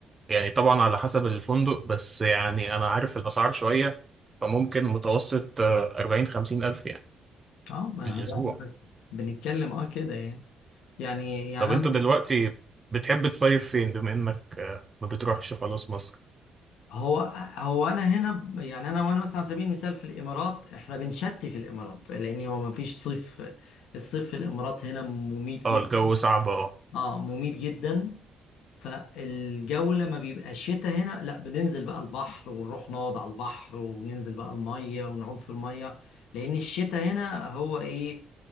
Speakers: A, on the right; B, on the left.
A: يعني طبعا على حسب الفندق بس يعني أنا عارف الأسعار شوية فممكن متوسط آه، أربعين خمسين ألف يعني
B: اه ما
A: الأسبوع
B: هو أنا بنتكلم اه كده يعني يعني يعني
A: طب أنت
B: انا
A: دلوقتي بتحب تصيف فين بما إنك آه، ما بتروحش خلاص مصر
B: هو هو انا هنا ب- يعني انا وانا مثلا على سبيل المثال في الامارات احنا بنشتي في الامارات لان هو ما فيش صيف الصيف في الامارات هنا مميت جدا
A: أه الجو صعب أه
B: اه مميت جدا فالجو لما بيبقى شتاء هنا لا بننزل بقى البحر ونروح نقعد على البحر وننزل بقى المية ونعوم في المية لأن الشتاء هنا هو إيه